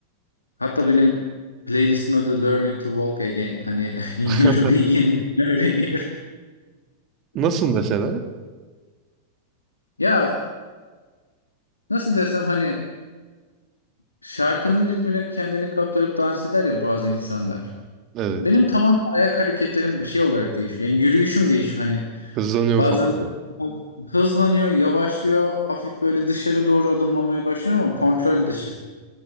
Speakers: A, on the left (about 80°); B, on the right (about 35°).
A: hatta benim playlistin adı Learning to Walk Again. Hani <laughs> yürümeyi
B: <laughs>
A: yeniden öğreniyorum.
B: Nasıl mesela?
A: Ya nasıl desem hani şarkının ritmine kendini kaptırıp dans eder ya bazı insanlar.
B: Evet.
A: Benim tamam ayak hareketlerim şey olarak değişiyor. Yani yürüyüşüm değişiyor. Hani
B: Kızlanıyorum
A: bazen
B: falan
A: böyle hızlanıyor, yavaşlıyor, hafif böyle dışarı doğru adımlamaya başlıyorum ama kontrol dışı.